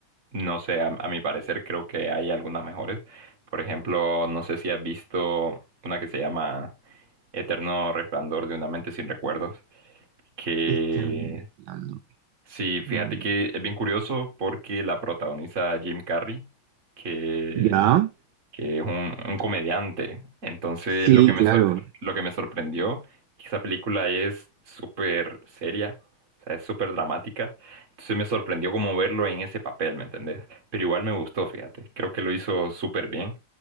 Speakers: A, on the right; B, on the right.
A: no sé, a, a mi parecer creo que hay algunas mejores. Por ejemplo, no sé si has visto una que se llama Eterno Resplandor de una mente sin recuerdos, que
B: Este respirando.
A: sí, fíjate
B: Mm.
A: que es bien curioso porque la protagoniza Jim Carrey, que
B: ¿Ya?
A: que es un, un comediante. Entonces,
B: Sí,
A: lo que me
B: claro.
A: sorpre- lo que me sorprendió que esa película es súper seria, o sea, es súper dramática. Entonces me sorprendió como verlo en ese papel, ¿me entendés? Pero igual me gustó, fíjate. Creo que lo hizo súper bien.